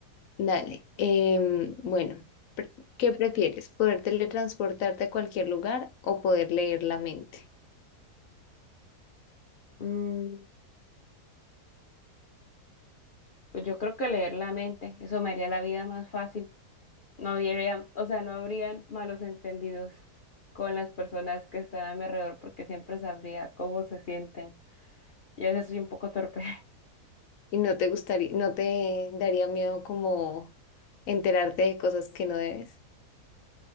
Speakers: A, on the left (about 65°); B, on the left (about 80°).
A: Dale. em, bueno, pre- ¿qué prefieres? ¿Poder teletransportarte a cualquier lugar o poder leer la mente?
B: Mm, pues yo creo que leer la mente, eso me haría la vida más fácil. No habría, o sea, no habrían malos entendidos con las personas que están a mi alrededor porque siempre sabría cómo se sienten. Y a veces soy un poco torpe.
A: ¿Y no te gustaría, no te daría miedo como enterarte de cosas que no debes?